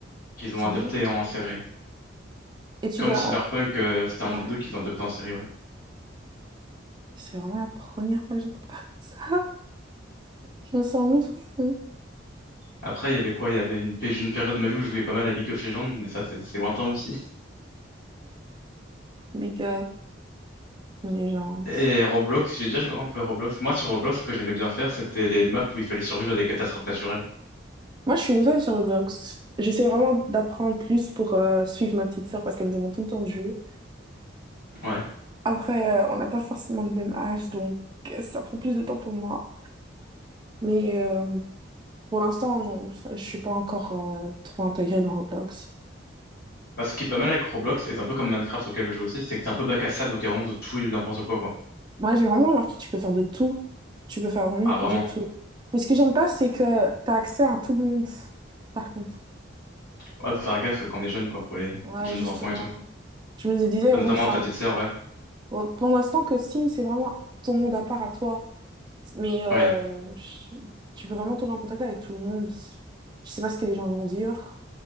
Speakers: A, on the left; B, on the right.
A: qu'ils
B: c'est
A: ont adapté
B: vrai.
A: en série.
B: Et tu
A: Comme
B: dois,
A: Cyberpunk, euh, c'était un
B: ouais.
A: jeu vidéo qu'ils ont adapté en série, ouais.
B: C'est vraiment la première fois que j'entends parler de ça. Je me sens nouveau.
A: Après, il y avait quoi? Il y avait une, pé- une période de ma vie où je jouais pas mal à League of Legends, mais ça, c'est c'est lointain aussi.
B: Big up, légende.
A: Et Roblox, j'ai déjà joué un peu à Roblox. Moi, sur Roblox, ce que j'aimais bien faire, c'était les maps où il fallait survivre à des catastrophes naturelles.
B: Moi, je suis nouvelle sur Roblox. J'essaie vraiment d'apprendre plus pour euh, suivre ma petite sœur parce qu'elle me demande tout le temps de jouer.
A: Ouais.
B: Après, euh, on n'a pas forcément le même âge, donc euh, ça prend plus de temps pour moi. Mais euh, pour l'instant, non, je suis pas encore euh, trop intégrée dans Roblox.
A: Bah, ce qui est pas mal avec Roblox, et c'est un peu comme Minecraft auquel je joue aussi, c'est que c'est un peu bac à sable, donc il y a vraiment de tout et de n'importe quoi, quoi.
B: Moi, j'ai vraiment remarqué que tu peux faire de tout. Tu peux faire vraiment
A: Ah, vraiment.
B: de tout. Mais ce que j'aime pas, c'est que tu as accès à tout le monde, par contre.
A: Ouais, faut faire gaffe quand on est jeune, quoi, pour les
B: Ouais,
A: jeunes
B: justement.
A: enfants et tout.
B: Je me disais,
A: Bah, notamment
B: bon, c'est
A: ta
B: un-
A: petite sœur, ouais.
B: bon, pour l'instant que Steam, c'est vraiment ton monde à part à toi. Mais euh,
A: Ouais.
B: je- tu peux vraiment tomber en contact avec tout le monde. Je sais pas ce que les gens vont dire.